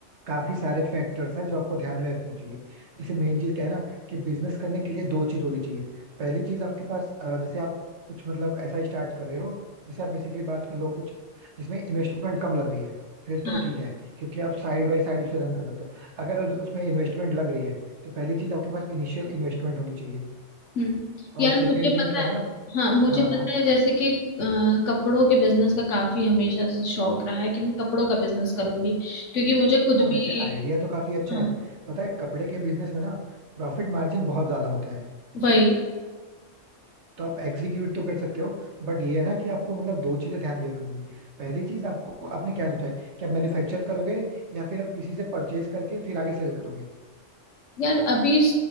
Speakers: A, on the right; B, on the left.
A: काफी सारे फैक्टर्स हैं जो आपको ध्यान में रखने चाहिए जैसे मेन चीज क्या है ना कि बिजनेस करने के लिए दो चीज होनी चाहिए पहली चीज आपके पास अ, जैसे आप कुछ मतलब ऐसा स्टार्ट कर रहे हो जैसे आप बेसिकली बात कर लो कुछ जिसमें इन्वेस्टमेंट कम लग रही है फिर
B: हाँ
A: तो ठीक है क्योंकि आप साइड बाय साइड उसे रन कर सकते हो अगर उस- उसमें इन्वेस्टमेंट लग रही है तो पहली चीज आपके पास इनिशियल इन्वेस्टमेंट होनी चाहिए
B: हम्म
A: और
B: यार
A: सेकेंड
B: मुझे
A: थिंग
B: पता
A: क्या
B: है
A: है ना
B: हाँ मुझे
A: हाँ
B: पता है जैसे कि अ, कपड़ों के बिजनेस का काफी हमेशा से शौक रहा है कि मैं कपड़ों का बिजनेस करूंगी क्योंकि मुझे खुद
A: हाँ
B: भी
A: वैसे आइडिया तो काफी अच्छा
B: हाँ
A: है पता है कपड़े के बिजनेस में ना प्रॉफिट मार्जिन बहुत ज्यादा होता है
B: वही
A: तो आप एग्जीक्यूट तो कर सकते हो बट ये है ना कि आपको मतलब दो चीजें ध्यान देनी होंगी पहली चीज आपको आपने क्या सोचा है कि आप मैन्युफैक्चर करोगे या फिर आप किसी से परचेज करके फिर आगे सेल करोगे
B: यार अभी